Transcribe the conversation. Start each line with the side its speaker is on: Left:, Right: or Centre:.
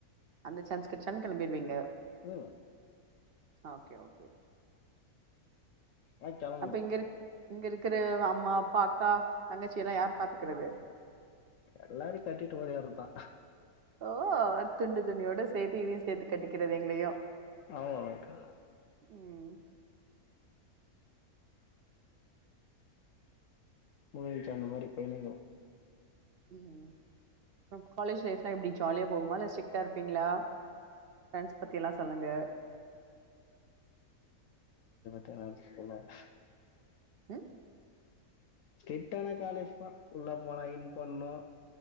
Right: அந்த சான்ஸ் கெட்ச்சோன கெளம்பிருவீங்க
Left: ம்
Right: ஓகே ஓகே
Left: ஆ கெளம்பணு
Right: அப்ப இங்க இரு இங்க இருக்குற அம்மா அப்பா அக்கா தங்கச்சியலா யார் பாத்துக்கிறது
Left: எல்லாரையு கட்டிட்டு ஓடிவறதுதா
Right: ஓ அத் துண்டு துணியோட சேத்து இதையு சேத்து கட்டிக்கிறது எங்களையு
Left: அவ்ளோதாக்கா
Right: உம்
Left: முழுஞ்ச்சா அந்த மாரி பெய்னிங்கு
Right: உம் அப்ற காலேஜ் லைப் லா எப்டி ஜாலியா போகுமா இல்ல ஸ்டிக்டா இருப்பீங்ளா ஃப்ரெண்ட்ஸ் பத்தி எல்லா சொல்லுங்க
Left: தேனாது தெரியாது
Right: உம்
Left: ஸ்டிட்டான காலேஜ் தா உள்ள போனா இன் பண்ணு